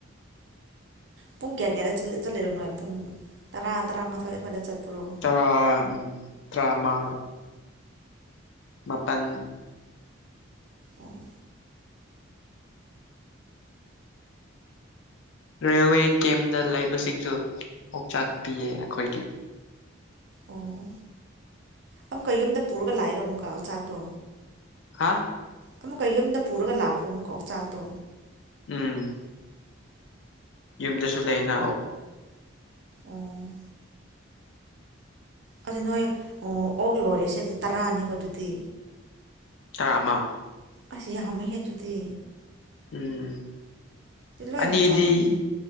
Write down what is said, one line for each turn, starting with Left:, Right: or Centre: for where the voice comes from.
Right: ꯄꯨꯡ ꯀꯌꯥ ꯀꯌꯥꯗ ꯆꯠꯂꯤꯔꯣꯅꯣ ꯄꯨꯡ ꯇꯔꯥ ꯇꯔꯥꯃꯊꯣꯏ ꯑꯗꯨꯋꯥꯏꯗ ꯆꯠꯄ꯭ꯔꯣ
Left: ꯇꯔ ꯎꯝ ꯗ꯭ꯔꯃꯥ ꯃꯥꯄꯜ
Right: ꯑꯣ
Left: ꯔꯦꯜꯋꯦ ꯀꯦꯝꯗ ꯂꯩꯕꯁꯤꯡꯁꯨ ꯑꯣꯛꯆꯥꯛ ꯄꯤꯌꯦ ꯑꯩꯈꯣꯏꯒꯤ
Right: ꯑꯣ ꯑꯃꯨꯛꯀ ꯌꯨꯝꯗ ꯄꯨꯔꯒ ꯂꯥꯛꯔꯣ ꯑꯃꯨꯛꯀ ꯆꯥꯛꯇꯣ
Left: ꯍꯥꯥ
Right: ꯑꯃꯨꯛꯀ ꯌꯨꯝꯗ ꯄꯨꯔꯒ ꯂꯥꯛꯄ꯭ꯔꯣ ꯑꯃꯨꯛꯀꯣ ꯆꯥꯛꯇꯣ
Left: ꯎꯝ ꯌꯨꯝꯗꯁꯨ ꯂꯩꯌꯦꯅ ꯑꯣ
Right: ꯑꯣ ꯑꯗꯨ ꯅꯣꯏ ꯑꯣꯛ ꯂꯣꯏꯔꯦ ꯁꯤꯦꯗ ꯇꯔꯥꯅꯤꯕ ꯑꯗꯨꯗꯤ
Left: ꯇꯔꯥ ꯑꯃ
Right: ꯑꯁ ꯌꯥꯝ ꯍꯦꯗꯨꯗꯤ
Left: ꯎꯝ
Right: ꯂꯣꯏ
Left: ꯑꯅꯤꯗꯤ
Right: ꯆꯥꯎꯔꯝꯅꯤ